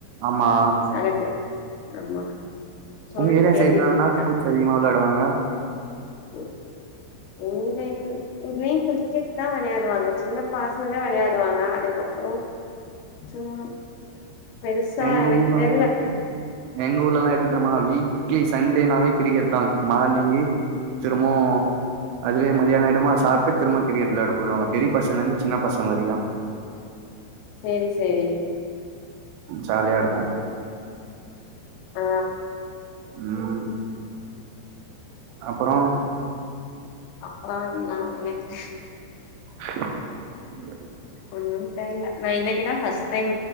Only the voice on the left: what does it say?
நறைய பேர் ஆமா சொல்லி
கேள்வி
பட்ருக்க
<inaudible> இங்க இங்கயு கிரிக்கெட்தா வெளையாடுவாங்க சின்ன பாசங்க வெளையாடுவாங்க அதுக்கப் றோ சும் பெருசா
எனக்கு
தெர்ல
சேரி சேரி
அ
அப்பறோ என்னா எனக்கு
ஒன்னு தெர்ல நா இன்னைக்குதா பஸ்ட் டைம்